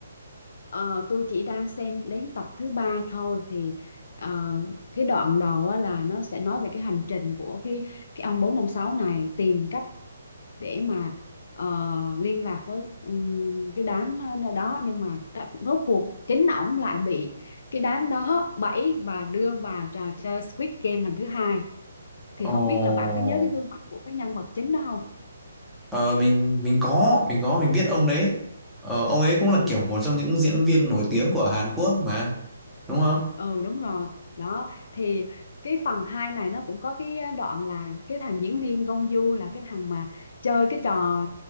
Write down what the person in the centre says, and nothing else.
Ồ.
Ờ, mình mình có mình có mình biết ông đấy ờ, ông ấy
cũng là kiểu một trong những diễn viên nổi tiếng của Hàn Quốc mà đúng không